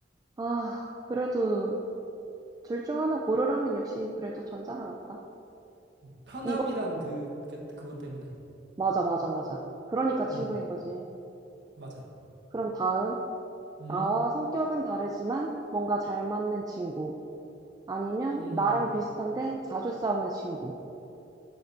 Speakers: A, on the right; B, on the right.
A: 아, 그래도 둘 중 하나 고르라면 역시 그래도 전자가 낫다.
B: 음. 편함이란
A: 이거,
B: 그, 게 그것 때문에.
A: 맞아, 맞아, 맞아. 그러니까 친구인
B: 음,
A: 거지.
B: 맞아.
A: 그럼 다음,
B: 음,
A: 나와 성격은 다르지만 뭔가 잘 맞는 친구. 아니면
B: 음.
A: 나랑 비슷한데 자주 싸우는 친구.